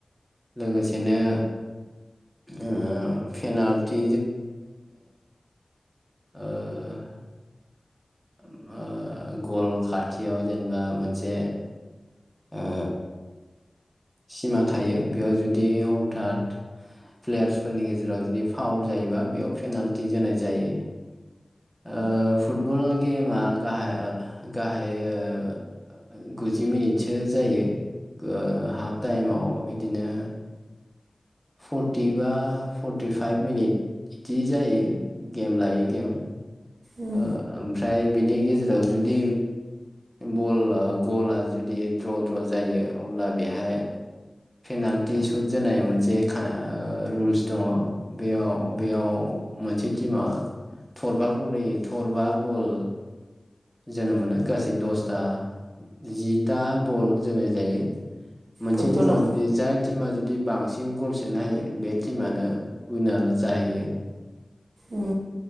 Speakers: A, in the centre; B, on the right.
A: लोगोसेनो ओ पेनाल्टि ओ। <inaudible> ओ गल खाथियाव जेनेबा मोनसे ओ। सिमा थायो बेयाव जुदि हथात प्लेयार्सफोरनि गेजेराव जुदि फाउल जायोबा बेयाव पेनाल्टि जोनाय जायो ओ फुटबल मा गाहा ओ गाहायै ओ गुजि मिनिटसो जायो ओ हाप थाइम। औ इदिनो। फर्टि बा फर्टिफाइभ मिनिट बिदि जायो गेम लायै गेम
B: उम
A: ओमफ्राय बिनि गेजेराव जुदि बल गला जुदि द्र द्र जायो अब्ला बेहाय। पेनाल्टि सुट जोनाय मोनसे ओ रुल्स दङ बेयाव-बेयाव मोनसे टिमा थरबा गलै थरबा बल। जोनो मोनो गासै दसथा जिथा बल जोनाय जायो मोनसे
B: फुटबलाव
A: बे टिमाव जुदि जाय टिमा जुदि बांसिन गल सोनो हायो बे टिमा आनो उइनार जाहैयो
B: उम